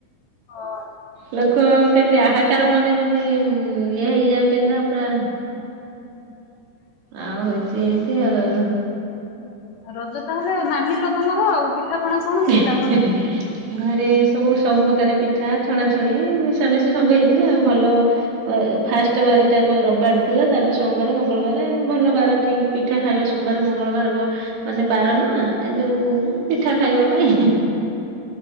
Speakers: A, on the left (about 70°); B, on the right (about 80°).
A: ହଁ
B: ଲୋକ କେମତି ଆହାକାର ମାନେ ଯେମିତି ମୁଁ ଇଏ ହେଇଯାଉଛନ୍ତି ନା ପୁରା ଆଉ ହଉଛି ଏମିତି ଆଉ।
A: ରଜ ତାହେଲେ ମାନିଲ ତମର ଆଉ। ପିଠା ପଣା
B: <inaudible>
A: କଣ ହେଇଥିଲା ଘରେ?
B: ଘରେ ସବୁ ସବୁ ପ୍ରକାର ପିଠା ଛଣାଛଣି ମିଶାମିଶି ସବୁ ହେଇଥିଲା ଆଉ ଭଲ ଏ ଫାଷ୍ଟ ବାରିଟା ରବିବାର ଥିଲା ତାପରେ ସୋମବାର ମଙ୍ଗଳବାର ଭଲ ବାର ଠିକ୍ ପିଠା ଖାଇବା ସୋମବାର, ମଙ୍ଗଳବାର ବ ମାନେ ବାର ନାଁ, ଆ ଯୋଉ ପିଠା ଖାଇବା ପାଇଁ।